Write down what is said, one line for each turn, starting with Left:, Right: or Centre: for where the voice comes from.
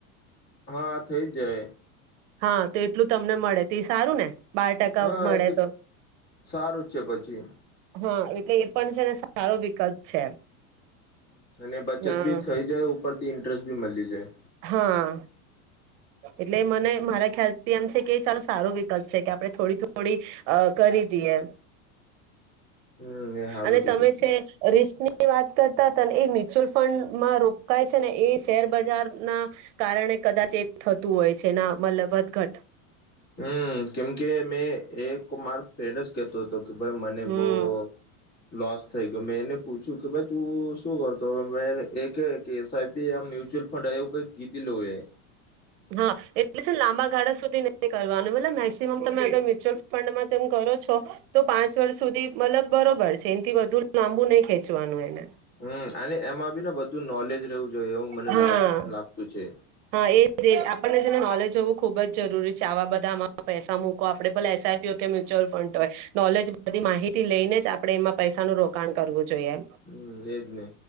Left: હા થઇ જ જાય.
Right: હા તો એટલું તમને મળે તે સારું ને. બાર ટકા
Left: હા
Right: મળે
Left: એ તો સારું છે પછી.
Right: હા એટલે એ પણ છે ને સારો વિકલ્પ છે.
Left: હ અને બચત
Right: હ
Left: બી થઇ જાય. પરથી ઇન્ટરેસ્ટી મળ લી જાય.
Right: હા. એટલે મને મારા ખ્યાલથી એમ છે કે ચાલો સારો વિકલ્પ છે કે આપણે થોડી થોડી અ કરી દઈએ.
Left: હમ એ સારું
Right: અને તમે
Left: પછી
Right: છે રિની. ની વાત કરતા તને એ મ્યુચ્યુઅલ ફંડમાં રોકાય છે ને એ શેર બજાર ના કારણે કદાચ એક. થતું હોય છે ના મતલબ વધઘટ.
Left: હમ કેમકે મેં એક માર ફ્રેન્ડ જ કેતો હતો. કે ભાઈ મને
Right: હમ
Left: બહ. લોસ થઈ ગયો મેં એને પૂછ્યું કે ભાઈ તું શું કરતો મે એ એસઆઈપી મ્યુચ્યુઅલ ફંડ એવું કઈ કીધીલ એ.
Right: હા એટલે છે ને લાંબા ગાળા સુધી નથી કરવાનું મતલબ મેક્સિમમ તમે અગર મ્યુચ્યુઅલ ફંડમાં તેમ કરો છો તો પાંચ વર્ષ સુધી મતલબ બરોબર છે એનાથી વધુ લાંબુ નહીં ખેંચવાનું એને.
Left: હમ અને એમાં બી બધું નોલેજ રહેવું જોઈએ એવું મને
Right: હા
Left: લાગતું છે.
Right: હા એ જે આપણને જેને નોલેજ હોવું ખુબ જ જરૂરી છે આવા બધા આમાં પૈસા મૂકો આપડે ભલા એસઆઈપી હોય કે મ્યુચ્યુઅલ ફંડ હોય નોલેજ બધી માહિતી લઈને જ આપણે એમાં પૈસાનું રોકાણ કરવું છે. જોમ
Left: હમ એજ ને